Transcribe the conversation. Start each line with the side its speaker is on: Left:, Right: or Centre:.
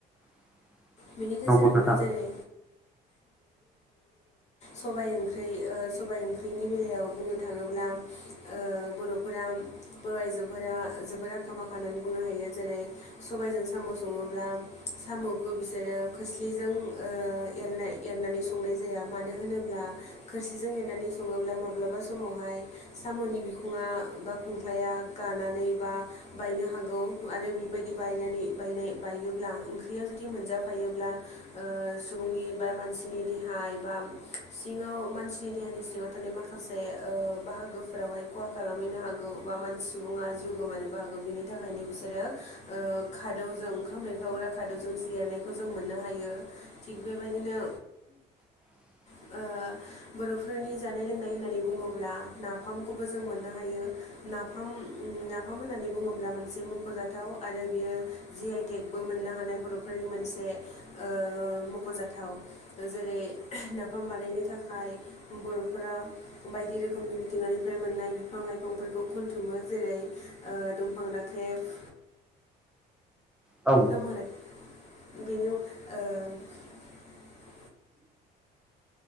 Centre: <inaudible>
Left: बिनि गेजेरावनो
Centre: नंगौ नोंथां
Left: जेरै सबायाइ ओंख्रि ओ सबाइ ओंख्रिनि बेलायाव बुंनो थाङोब्ला ओ बर'फोरा बर' आइजोफोरा जोबोद आखा-फाखा होननानै बुंनो हायो। जेरै सबायजों साम' सङोब्ला साम'खौ बिसोरो खोस्लिजों ओ ऐरनाय एरनानै संनाय जाया मानो होनो ब्ला खोरसिजों एनानै सङोब्ला माब्लाबा समावहाय साम'नि बिखुङा बा खुं ख्लाया गानानै बा बायनो हागौ आरो बेबायदि बायनानै बायनाय बायोब्ला ओंख्रिया जुदि मोनजाफायोब्ला ओ सुबुंनि बा मानसिनि देहा एबा सिङाव मानसिनि देहानि सिङाव थानाय माखासे ओ बाहागोफोरावहाय खहा खालामहैनो हागौ। बा <unintelligible> सुबुंङा जिउ गोमानोबो हागौ बिनि थाखायनो बिसोरो ओ खादौजों ओंखाम एरखावग्रा खादौजोंसो ऐरनायखौ जों मोननो हायो थिग बेबायदिनो
Centre: <inaudible>
Left: ओ बर'फोरनि जानाय लोंनाय होननानै बुङोब्ला नाफामखौबो जों मोननो हायो नाफाम नाफाम होननानै बुङोब्ला मोनसे मख'जाथाव आरो बियो जि आइ टेकबो मोननो हानाय बर'फोर नि मोनसे ओ मख'जाथाव जेरै नाफाम बानायनो थाखाय बर'फोरा बायदि रोखोमनि मिथिंगानिफ्राय मोननाय बिफां लाइफांफोर खौ खनथुमो जेरै ओ दंफां राखेब
Centre: औ।
Left: दंफां बेनि अन ओ